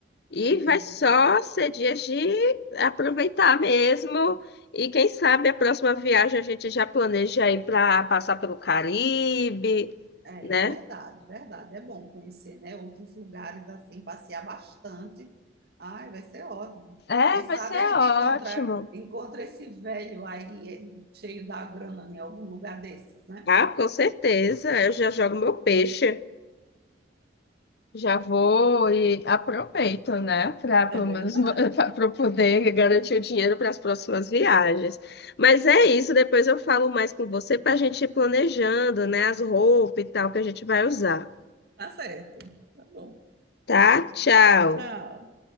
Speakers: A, on the left; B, on the right.
A: E
B: É mesmo,
A: vai só
B: então.
A: ser dias de aproveitar mesmo. E quem sabe a próxima viagem a gente já planeja ir para passar pelo Caribe,
B: É
A: né?
B: verdade, verdade. É bom conhecer, né, outros lugares assim, passear bastante. Ai, vai ser ótimo.
A: É,
B: Quem
A: vai
B: sabe
A: ser
B: a gente
A: ótimo.
B: encontra, encontra esse velho aí, ele cheio da grana, em algum lugar desses, né?
A: Ah, com certeza. Eu já jogo meu peixe. Já vou e aproveito, né, para pelo
B: É verdade.
A: menos <laughs> para poder garantir o dinheiro para as próximas viagens. Mas é isso, depois eu falo mais com você para a gente ir planejando, né, as roupas e tal que a gente vai usar,
B: Tá certo. Tá bom.
A: tá? Tchau.
B: Tchau.